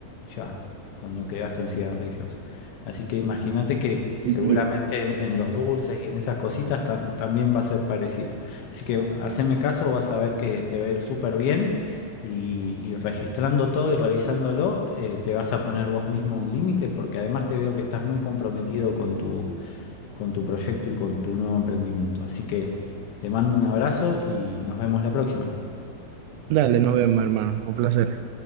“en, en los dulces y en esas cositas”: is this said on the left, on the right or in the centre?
Left